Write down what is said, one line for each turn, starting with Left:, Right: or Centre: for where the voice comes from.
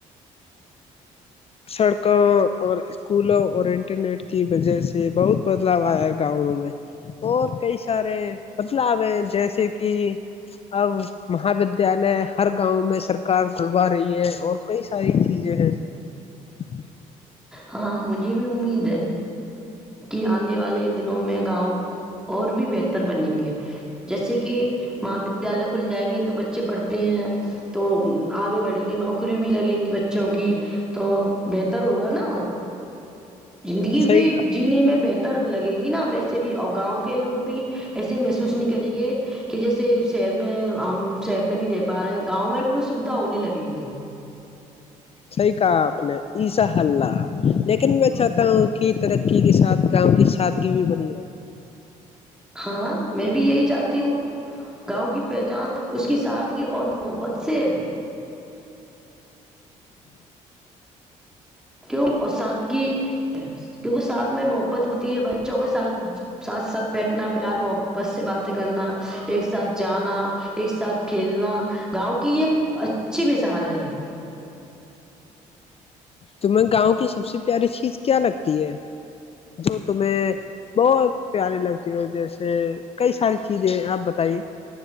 Left: سڑکوں اور اسکولوں اور انٹرنیٹ کی وجہ سے بہت بدلاؤ آیا ہے گاؤوں میں اور کئی سارے بدلاؤ ہیں جیسے کہ اب مہا ودیالیہ ہر گاؤں میں سرکار کلوا رہی ہے اور کئی ساری چیزیں ہیں۔ <unintelligible>
Centre: ہاں مجھے بھی امید ہے۔ کہ آنے والے دنوں میں گاؤں۔۔۔ اور بھی بہتر بنیں گے جیسے۔۔۔ کی مہا ودیال۔۔۔۔ کھل جائیں گے تو بچے پڑھتے ہیں۔ تو آگے بڑھیں گے۔ نوکری بھی لگیں گی بچوں کی۔ تو بہتر ہوگا نا۔ زندگی
Left: صحیح
Centre: بھی۔۔۔
Left: کہا
Centre: جینے میں بہتر لگے گی نا۔ ویسے بھی اور گاؤں کے لوگ بھی۔۔۔ ایسے محسوس نہیں کریں گے کہ جیسے شہر میں ہم۔۔۔ شہر میں نہیں رہ پا رہے ہیں گؤں میں بھی اس۔۔۔ سویدھاؤ ہونے لگے گی۔
Left: صحیح کہا آپ نے ای سا ہل رہ۔ لیکن میں چاہتا ہوں کہ ترقی کے ساتھ گاؤں کی سادگی بھی بنی رہے۔
Centre: ہاں میں بھی یہی چاہتی ہوں۔ گاؤں کی پہچان اس کے سادگی۔۔۔ اور محبت سے ہے۔ کیوں سادگی کیونکہ ساتھ میں محبت ہوتی ہے۔ بچوں کے ساتھ ساتھ ساتھ بیٹھنا پیار محبت سے باتیں کرنا ایک ساتھ جانا ایک ساتھ کھیلنا گاؤں کی ایک اچھی مثال ہے۔
Left: تمہیں گاوں کی سب سے پیاری چیز۔۔۔ کیا لگتی ہے؟ جو تمہیں۔۔۔ بہت پیارے لگتے۔۔ جیسے کئی ساری چیزیں ہے۔ آپ بتائیے۔